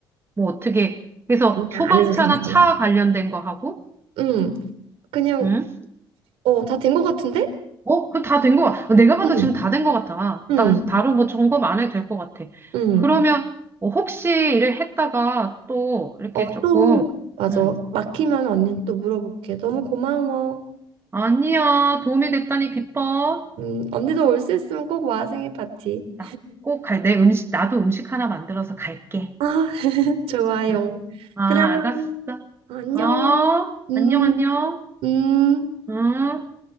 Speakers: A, on the right; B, on the right.
A: 뭐 어떻게. 그래서
B: 아니야,
A: 소방차나
B: 안 해도 괜찮아.
A: 차 관련된 거 하고,
B: 음, 그냥,
A: 응?
B: 어, 다 된 것 같은데?
A: 어, 그 다 된 거, 같- 아 내가 봐도
B: 음.
A: 지금 다 된 거 같아.
B: 음,
A: 나, 다른 뭐 점검 안 해도 될 거 같아.
B: 음.
A: 그러면, 어, 혹시 일을 했다가 또 이렇게
B: 어,
A: 조금,
B: 또, 맞아.
A: 음,
B: 막히면 언니는 또 물어볼게. 너무 고마워.
A: 아니야, 도움이 됐다니 기뻐.
B: 음, 언니도 올 수 있으면 꼭 와, 생일 파티.
A: 나 꼭 갈, 내 음식, 나도 음식 하나 만들어서 갈게.
B: 아, <laughs> 좋아요.
A: 응. 아,
B: 그러면,
A: 알았어.
B: 안녕.
A: 어,
B: 음,
A: 안녕, 안녕.
B: 음.
A: 응.